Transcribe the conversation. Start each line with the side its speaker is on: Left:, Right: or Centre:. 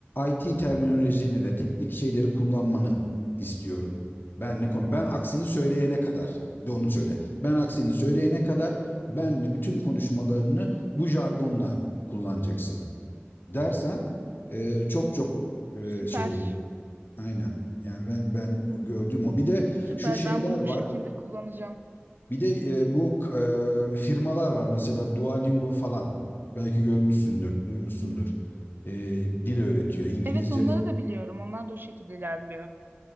Left: IT terminolojileriyle teknik şeyleri kullanmanı istiyorum. Ben ne konu ben aksini söyleyene kadar bir de onu söyle. Ben aksini söyleyene kadar benle bütün konuşmalarını bu jargonla kullanacaksın dersen e, çok çok e,
Right: Süper,
Left: şey olur. Aynen. Yani ben ben gördüğüm o. Bir de
Right: süper.
Left: şu şeyler
Right: Ben bunu
Left: var.
Right: bu şekilde kullanacağım.
Left: Bir de e, bu e, firmalar var mesela Duolingo falan. Belki görmüşsündür, duymuşsundur. E, dil öğretiyor. İngilizce
Right: Evet onları da biliyorum. Onlar da o şekilde ilerliyor.